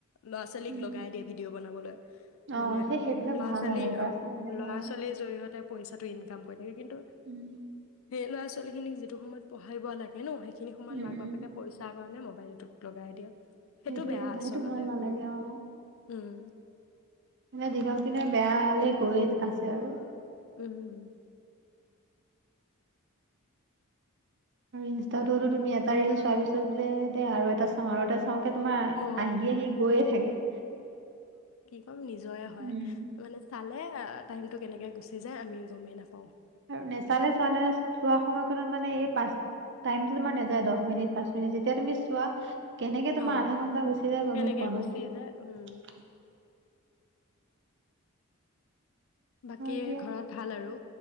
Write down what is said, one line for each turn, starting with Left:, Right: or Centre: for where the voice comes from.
Left: ল'ৰা ছোৱালীক
Right: উম
Left: লগাই দিয়ে ভিডিঅ' বনাবলৈ।
Right: অ
Left: মানে
Right: সেই সেইবিলাক
Left: ল'ৰা
Right: ভাল
Left: ছোৱালী
Right: নালাগে ল'ৰা
Left: অ'
Right: ছোৱালীবিলাক
Left: ল'ৰা
Right: অ
Left: ছোৱালীৰ জৰিয়তে পইচাটো ইনকাম কৰি কিন্তু
Right: উম
Left: সেই ল'ৰা ছোৱালী খিনিক যিটো সময়ত পঢ়াব লাগে ন সেই সেইখিনি সময়ত
Right: উম
Left: মাক বাপেকে
Right: উম
Left: পইচা কাৰণে ম বাইলটোত লগাই দিয়া। সেইটো
Right: সেইটোয়ে
Left: বেয়া
Right: ভা-
Left: আচলতে,
Right: সেইটো ভাল নালাগে
Left: উম
Right: অ
Left: উম।
Right: মানে দিনক দিনে বেয়ালে গৈ আছে আৰু
Left: উম।।
Right: আৰু ইনষ্টাটোতো তুমি এটা ৰিল চোৱাৰ পিছত বোলে দে আৰু এটা চাওঁ আৰু এটা চাওঁ। চাওঁকে তোমাৰ
Left: অ
Right: আহি আহি গৈয়ে থাকে।
Left: চব নিজৰে হয়,
Right: উম।
Left: মানে চালে আ - টাইমটো কেনেকে গুচি যায় আমি গমেই নাপ
Right: আৰু নেচালে <unintelligible> চোৱা <unintelligible> <unintelligible> মানে পাচ - টাইম তোমাৰ নাযায় দহ মিনিট, পাঁচ মিনিট। যেতিয়া তুমি চোৱা কেনেকে
Left: অ',
Right: তোমাৰ আধা ঘন্টা গুচি যায় গমেই
Left: তেনেকে
Right: পোৱা
Left: গুচি
Right: নাযায়।
Left: যায় উম, বাকী
Right: হয় দিয়া
Left: ঘৰত ভাল আৰু